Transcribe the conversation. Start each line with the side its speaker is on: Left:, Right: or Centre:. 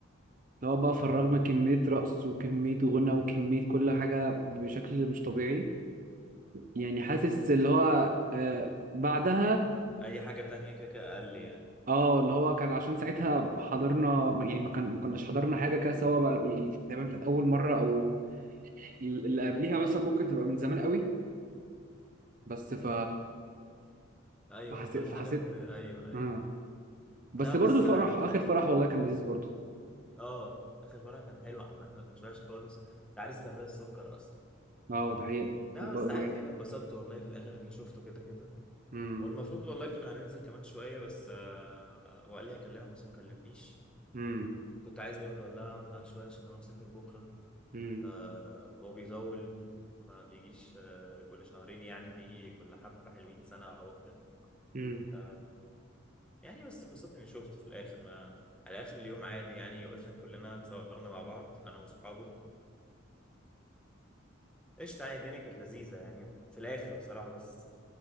Right: اللي هو بقى
Centre: امم
Right: فرغنا كمية رقص وكمية غنى وكمية كل حاجة بشكل مش طبيعي يعني حاسس اللي هو آه بعدها
Centre: اي حاجه تانية كده كده اقل يعني
Right: اه اللي هو كان عشان ساعتها حضرنا ما- يعني ما كان ما كناش حضرنا حاجة كده سوا بقى يعني تقريبا كانت أول مرة أو اللي قبليها مثلا ممكن تبقى من زمان قوي بس ف
Centre: ايوه
Right: فحسيت
Centre: فكل
Right: فحسيت
Centre: حاجه بن... ايوه ايوه
Right: آه. بس
Centre: لا بس
Right: برضه فرح آخر فرح والله كان لذيذ برضه
Centre: اه اخر مره كان حلو عامه ما كانش وحش خالص العريس كان زي السكر اصلا
Right: اه ده حقيقة
Centre: لا
Right: وب-
Centre: بس
Right: و-
Centre: عادي يعني انبسطت والله في الاخر اني شفته كده كده
Right: مم.
Centre: والمفروض والله كنا هننزل كمان شويه بس آه وقال لي هكلمك بس ما كلمنيش
Right: مم.
Centre: كنت عايز برضه والله اقعد معاه شويه عشان هو مسافر بكره
Right: مم.
Centre: آه هو بيطول ما بيجيش آه كل شهرين يعني بيجي كل حبه حلوين سنه او اكتر
Right: مم.
Centre: ف يعني بس انبسطت اني شفته في الاخر ما على اخر اليوم عادي يعني وقفنا كلنا اتصورنا مع بعض انا واصحابه قشطة يعني الدنيا كانت لذيذة يعني في الآخر بصراحة بس